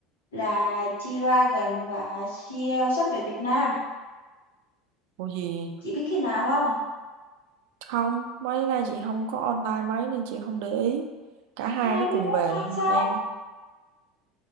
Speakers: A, on the left (about 90°); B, on the right (about 70°).
A: là G-Dragon và CL sắp về Việt Nam
B: Ủa gì
A: Chị biết khi nào không?
B: không mấy nay chị không có online mấy nên chị không để ý cả hai
A: 21
B: đó cùng về
A: tháng
B: nhưng
A: 6,
B: mà em